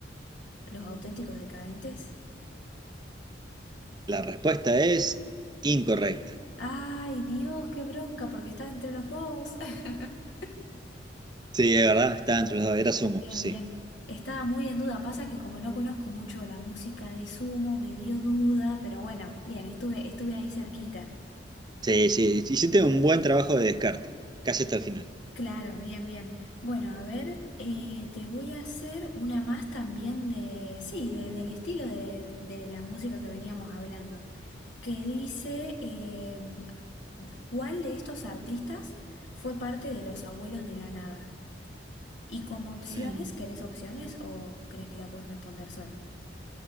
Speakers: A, on the left; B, on the right.
A: Los auténticos decadentes.
B: La respuesta es incorrecta.
A: Ay, Dios, qué bronca, porque está entre los dos. <laughs>
B: Sí, es verdad, estaba entre los dos, era Sumo,
A: Bien,
B: sí.
A: bien. Estaba muy en duda. Pasa que como no conozco mucho la música de Sumo, me dio duda, pero bueno, bien, estuve, estuve ahí cerquita.
B: Sí, sí, hiciste un buen trabajo de descarte, casi hasta el final.
A: Claro, bien, bien. Bueno, a ver, eh, te voy a hacer una más también de, sí, de- del estilo de, de la música que veníamos hablando, que dice, em, ¿cuál de estos artistas fue parte de Los Abuelos de la Nada? Y como opciones,
B: Mm.
A: ¿querés opciones o crees que la puedes responder solo?